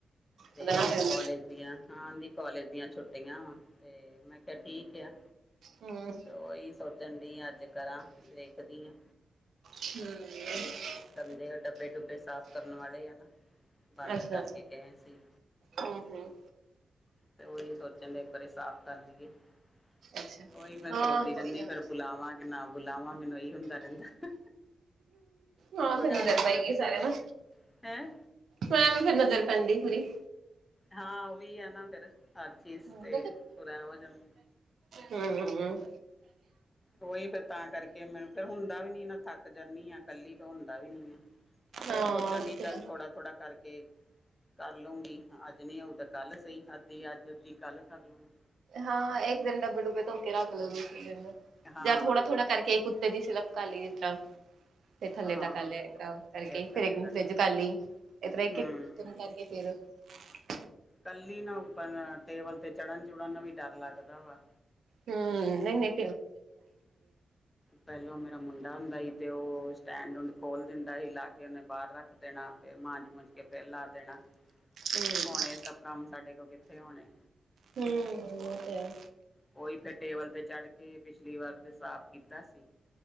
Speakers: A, on the left (about 20°); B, on the right (about 75°).
A: ਤੇ
B: ਸਧਣਾ ਹੂੰ
A: ਕਾਲਜ ਦੀਆਂ ਹਾਂਦੀ ਕੋਲਜ ਦੀਆਂ ਛੁੱਟੀਆਂ ਤੇ ਮੈਂ ਕਿਹਾ ਠੀਕ ਆ
B: ਹੂੰ
A: ਤੇ ਉਹੀ ਸੋਚਣ ਦੀ ਅੱਜ ਕਰਾਂ ਵੇਖਦੀ ਆ
B: ਹਮ <inaudible>
A: ਕਰਦੇ ਡੱਬੇ ਡੁੱਬੇ ਸਾਫ਼ ਕਰਨ ਵਾਲੇ ਹੈ ਨਾ ਬੰਦ
B: ਅੱਛਾ
A: ਕਰਕੇ ਗਏ ਸੀ।
B: ਹੂੰ ਹੂੰ
A: ਤੇ ਉਹੀ ਸੋਚਣ ਡ ਇੱਕ ਵਾਰੀ ਸਾਫ਼ ਕਰ ਲਈਏ। <inaudible>
B: ਅੱਛਾ
A: ਓਹੀ ਮੈਂ
B: ਹਾਂ
A: ਸੋਚਦੀ ਰਹਿੰਦੀ
B: ਹੋਈ ਜਾਂਦਾ
A: ਪਰ ਬੁਲਾਵਾਂ ਕਿ ਨਾ ਬੁਲਾਵਾਂ ਮੈਨੂੰ ਇਹੀ ਹੁੰਦਾ ਰਹਿੰਦਾ
B: ਹਾਂ
A: ਬੇਗਾਨੇ
B: ਫਿਰ ਨਜ਼ਰ
A: ਬੱਚੇ
B: ਪਾਈ ਗਈ ਸਾਰਿਆਂ ਨੂੰ
A: ਹੈਂ
B: ਮੈਂ ਵੀ ਫਿਰ ਨਜ਼ਰ ਪੈਂਦੀ ਬਰੀ
A: ਹਾਂ ਉਹੀ ਹੈ ਨਾ ਫਿਰ ਹਰ ਚੀਜ਼
B: ਹੂੰ
A: ਤੇ ਪੂਰਾ ਹੋ ਜਾਂਦਾ
B: ਹਮ
A: ਉਹੀ ਫੇਰ ਤਾਂ ਕਰਕੇ ਮੈੂ ਫਿਰ ਹੁੰਦਾ ਵੀ ਨੀ ਨਾ ਥੱਕ ਜਾਂਦੀ ਆ ਕੱਲੀ ਤਾਂ ਹੁੰਦੀ ਵੀ ਨ ਫਰ
B: ਹਾਂ
A: ਸੋਚਣ ਡ
B: ਫਿਰ-
A: ਚੱਲ ਥੋੜਾ ਥੋੜਾ ਕਰਕੇ ਕਰ ਲਊਗੀ ਅੱਜ ਨੀ ਆਊ ਤਾਂ ਕੱਲ ਸਹੀ ਅੱਧੀ ਅੱਜ ਅੱਧੀ ਕੱਲ ਕਰ ਲਊਗੀ
B: ਹਾਂ ਇੱਕ ਦਿਨ ਡੱਬੇ ਡੁੱਬੇ ਧੋ ਕੇ ਰੱਖ ਲਓ ਦੂਸਰੇ ਦਿਨ
A: ਹਾਂ
B: ਜਾਂ ਥੋੜਾ ਥੋੜਾ ਕਰਕੇ ਇੱਕ ਕੁੱਤੇ ਦੀ ਸਿਲਪ ਕਰ ਲਈਏ ਜਿਸ ਤਰ੍ਹਾਂ ਫਿਰ ਥੱਲੇ
A: ਹਾਂ
B: ਤ ਕਰ ਲਿਆ <unintelligible> ਕਰਕੇ
A: ਫੇਰ
B: ਫਿਰ
A: ਥੱਲੇ
B: ਇੱਕ ਦਿਨ
A: ਦਾ
B: ਫਰਿੱਜ ਕਰ ਲਈ <unintelligible>
A: ਹੂੰ ਕੱਲੀ ਨਾ ਟੇਬਲ ਤੇ ਚੜ੍ਹਨ ਚੁੜਨ ਨੂੰ ਵੀ ਡਰ ਲੱਗਦਾ ਵਾ
B: ਹੰ ਨੀ ਨੀ
A: ਪਹਿਲੋਂ ਮੇਰਾ ਮੁੰਡਾ ਹੁੰਦਾ ਈ ਤੇ ਉਹ ਸਟੈਂਡ ਉਡ ਖੋਲ ਦਿੰਦਾ ਸੀ ਲਾ ਕੇ ਉਹਨੇ ਬਾਹਰ ਰੱਖ ਦੇਣਾ ਫਿਰ ਮਾਂਜ ਮੂੰਜ ਕੇ ਫਿਰ ਲਾ ਦੇਣਾ
B: ਹੂੰ
A: ਹੋਣੇ ਸਭ ਕੰਮ ਸਾਡੇ ਕੋਲ ਕਿੱਥੇ ਹੋਣੇ,
B: ਹੂੰ, ਉਹ ਤੇ ਹੈ।
A: ਉਹੀ ਫਿਰ ਟੇਬਲ ਤੇ ਚੜ੍ਹ ਕੇ ਪਿਛਲੀ ਵਾਰ ਤੇ ਸਾਫ਼ ਕੀਤਾ ਸੀ।